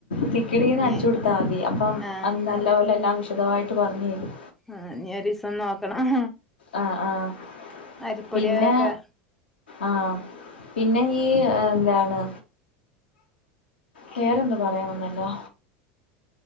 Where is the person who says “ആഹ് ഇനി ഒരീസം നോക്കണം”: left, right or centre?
Centre